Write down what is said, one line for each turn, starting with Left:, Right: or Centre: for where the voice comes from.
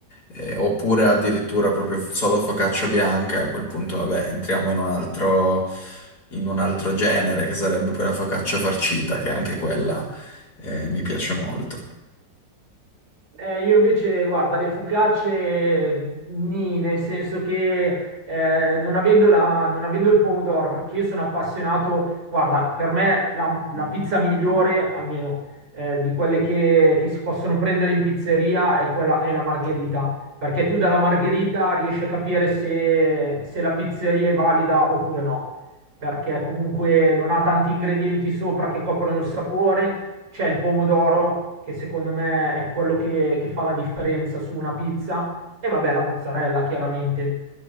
Left: Eh, oppure addirittura proprio f- solo focaccia bianca, e a quel punto vabbè, entriamo in un altro, in un altro genere che sarebbe poi la focaccia farcita, che anche quella eh, mi piace molto.
Right: Eh, io invece, guarda, le focacce mm, nì, nel senso che eh, non avendo, la- non avendo il pomodoro, perché io sono appassionato, guarda, per me la, la pizza migliore, almeno eh, di quelle che, che si possono prendere in pizzeria, è quella, è la margherita, perché tu dalla margherita riesci a capire se, se la pizzeria è valida oppure no, perché comunque non ha tanti ingredienti sopra che coprono il sapore c'è il pomodoro, che secondo me è quello che, che fa la differenza su una pizza, e vabbè la mozzarella, chiaramente.